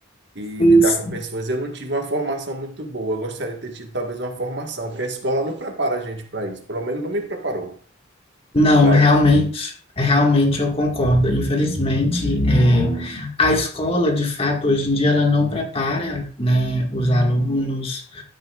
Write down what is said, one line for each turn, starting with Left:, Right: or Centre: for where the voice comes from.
Right: e
Left: Sim,
Right: lidar
Left: s-
Right: com pessoas. Eu não tive uma formação muito boa. Eu gostaria de ter tido talvez uma formação, porque a escola não prepara a gente para isso. Pelo menos não me preparou
Left: Não,
Right: para
Left: realmente,
Right: isso.
Left: realmente eu concordo. Infelizmente, é, a escola, de fato, hoje em dia, ela não prepara, né, os alunos